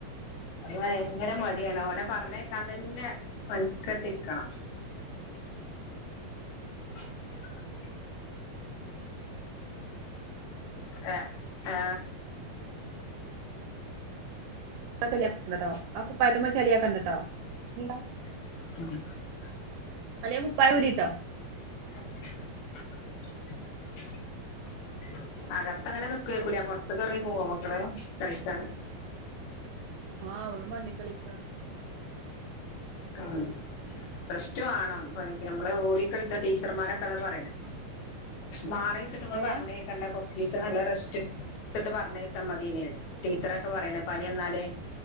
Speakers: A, on the left; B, on the right.
A: അ ഭയങ്കര മടിയാണ് ഓനെ പറഞ്ഞേ അതന്നെ വൽക്കെട്ടിരിക്കണം <inaudible> ആ അ ആ
B: ചളിയാക്കണ്ടട്ടോ ആ കുപ്പായത്തുമ്മ ചളിയാക്കണ്ടട്ടോ നീയോ
A: <inaudible>
B: അല്ലെ കുപ്പായ ഊരിട്ടോ
A: <inaudible> അകത്ത അങ്ങനെ നിക്കക്കൂല പൊ റത്തക്കിറങ്ങി പോവ മക്കള് കളിക്കാൻ
B: ആഹ് അവള് മണ്ണിൽ കളിക്ക
A: ആ പ്ലസ് ടു ആണ് നമ്മള് ഓടി കളിച്ച ടീച്ചർമാരൊക്കെ കഥ പറയണെ മാറിച്ചിട്ടുംൾ
B: ഏ
A: പറഞ്ഞ കേക്കണ്ടറ ടീച്ചർ നല്ല റസ്റ്റ് എടുത്തിട്ട് പറഞ്ഞയച്ചാൽ മതിനെ ടീച്ചറൊക്കെ പറയണ പനി എന്നാലേ